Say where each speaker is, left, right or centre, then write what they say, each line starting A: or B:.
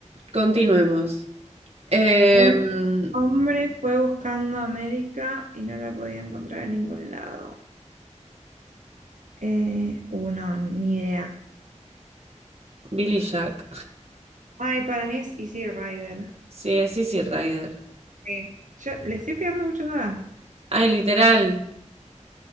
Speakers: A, on the right; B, on the right.
A: continuemos. Em,
B: Un hombre fue buscando América y no la podía encontrar en ningún lado. Eh, uno, ni idea.
A: Billy Jack.
B: Ay, para mí es Easy Rider.
A: Sí, es Easy Rider.
B: Sí. Yo le estoy pegando mucho más.
A: Ay, literal.